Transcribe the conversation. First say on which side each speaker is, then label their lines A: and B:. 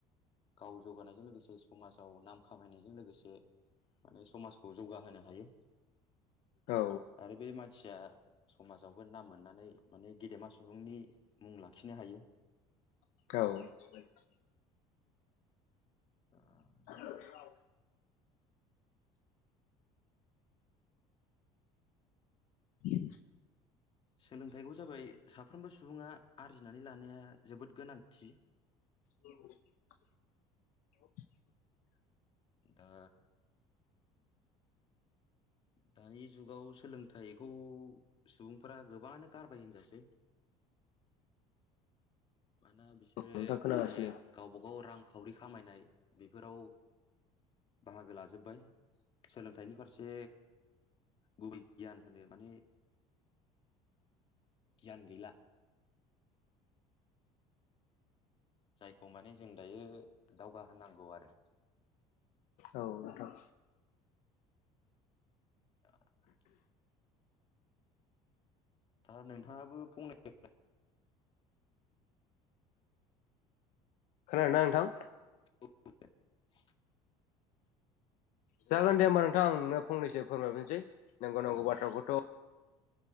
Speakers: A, on the left; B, on the left.
A: गाव जौगानायजों लोगोसे समाजाव नाम खामायनायजों लोगोसे माने समाजखौ जौगाहोनो हायो
B: औ
A: आरो बे मानसिया समाजावबो नाम मोननानै माने गेदेमा सुबुंनि मुं लाखिनो हायो
B: औ
A: दा
B: ह बि
A: सोलोंथाइखौ जाबाय साफ्रोमबो सुबुङा आरजिनानै लानाया जोबोद गोनांथि
B: <inaudible>
A: दा दानि जुगाव सोलोंथाइखौ सुबुंफ गोबाङानो गारबाय होनजासै मानोना बिसोरो
B: नोंथां खोनागासिनो
A: माने गावबा गाव रांखावरि खामायनाय बेफोराव बाहागो लाजोब्बाय सोलोंथाइनि फारसे गुबुन गियान होनो माने गियान गैला जायखौ माने जों दायो दावगा होनांगौ आरो
B: औ नोंथां
A: <unintelligible> दा नोंथाङाबो फंनै
B: खोनादोंना नोंथां
A: <inaudible>
B: जागोन दे होमबा नोंथां नोंनो फंनैसो फोरमायफिनोसै नांगौ नांगौ
A: औ
B: बाथ्राखौथ